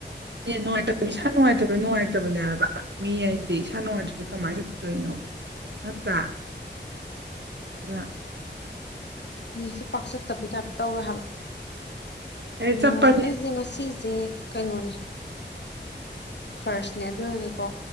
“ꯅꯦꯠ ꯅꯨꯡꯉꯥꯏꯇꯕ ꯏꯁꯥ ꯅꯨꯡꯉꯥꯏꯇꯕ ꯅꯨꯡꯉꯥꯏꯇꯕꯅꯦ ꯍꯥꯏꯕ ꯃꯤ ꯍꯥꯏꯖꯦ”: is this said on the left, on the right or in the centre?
Right